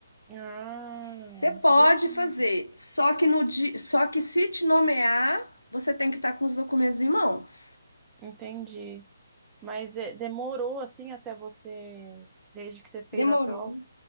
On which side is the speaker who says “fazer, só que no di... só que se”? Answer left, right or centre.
Left